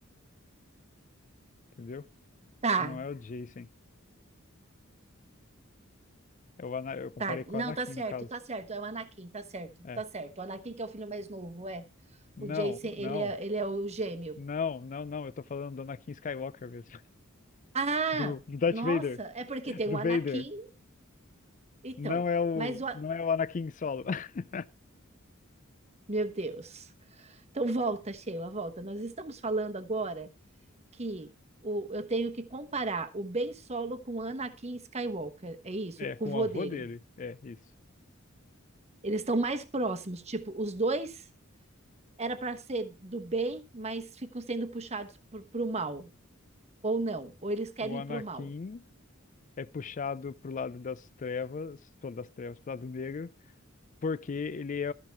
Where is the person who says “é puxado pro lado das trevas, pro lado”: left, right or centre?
Left